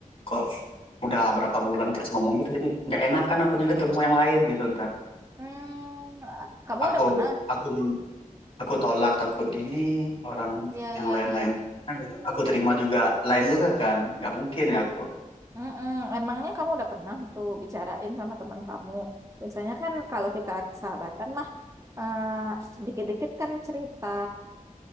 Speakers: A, on the left (about 40°); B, on the right (about 20°).
A: kok udah berapa bulan terus ngomong gitu, jadi nggak enakan akunya ketemu yang lain gitu ntar.
B: hmm, kamu
A: aku
B: udah pernah?
A: aku aku tolak takut ini orang
B: Iya,
A: yang
B: iya,
A: lain-lain
B: iya.
A: kan gitu. Aku terima juga lain juga kan, nggak mungkin ya aku.
B: Mm-mm. Emangnya kamu udah pernah tuh bicarain sama teman kamu? Biasanya kan kalau kita sahabatan mah eh, dikit-dikit kan cerita.